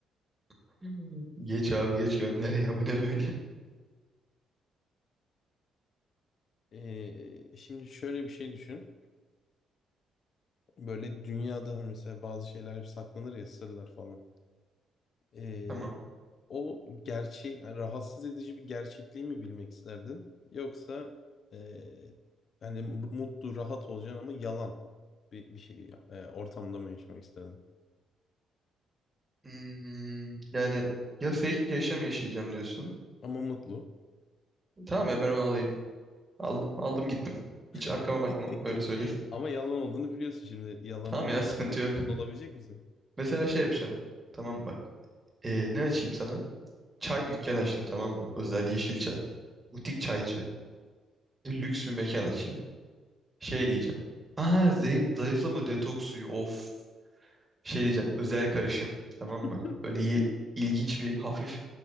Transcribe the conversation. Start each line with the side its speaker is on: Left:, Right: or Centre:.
Right: <laughs> Geç abi geç gönder ya. Bu ne böyle?
Left: Ee, şimdi şöyle bir şey düşün. Böyle dünyada mesela bazı şeyler hep saklanır ya sırlar falan. Ee,
Right: Tamam.
Left: o gerçeği yani rahatsız edici bir gerçekliği mi bilmek isterdin? Yoksa ee, hani mutlu rahat olacaksın ama yalan. bir, bir şey e, ortamda mı yaşamak isterdin?
Right: Hmm, yani ya fake bir yaşam yaşayacağım diyorsun.
Left: Ama mutlu.
Right: Tamam ya ben onu alayım. Aldım, aldım gittim. Hiç arkama
Left: <laughs>
Right: bakmam öyle söyleyeyim. <laughs>
Left: Ama yalan olduğunu biliyorsun şimdi. Yalan
Right: Tamam
Left: olduğu
Right: ya sıkıntı
Left: halde
Right: yok.
Left: mutlu olabilecek misin?
Right: Mesela şey yapacağım. Tamam mı bak. Ee, ne açayım sana? Çay dükkanı açtım tamam mı? Özel yeşil çay. Butik çaycı. Lüks bir mekan açayım. Şey diyeceğim. Aa zayıf, zayıflama detoks suyu of. Şey diyeceğim özel karışım tamam
Left: <laughs>
Right: mı? Böyle ye- ilginç bir hafif